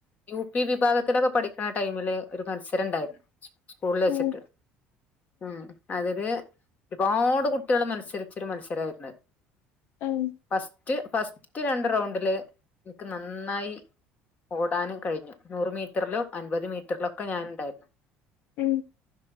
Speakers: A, on the left (about 35°); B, on the left (about 70°).
A: യു പി വിഭാഗത്തിലൊക്കെ പഠിക്കണ ടൈമില് ഒരു മത്സരം ഉണ്ടായിരുന്നു സ്കൂളിൽ വെച്ചിട്ട്
B: ഉം
A: ഉം അതില് ഒരുപാട് കുട്ടികൾ മത്സരിച്ചൊരു മത്സരമായിരുന്നു
B: ഉം
A: ഫസ്റ്റ് ഫസ്റ്റ് രണ്ട് റൗണ്ടില് എനിക്ക് നന്നായി ഓടാനും കഴിഞ്ഞു നൂറ് മീറ്ററിലും അൻപത് മീറ്ററിലൊക്കെ ഞാനുണ്ടായിരുന്നു
B: ഉം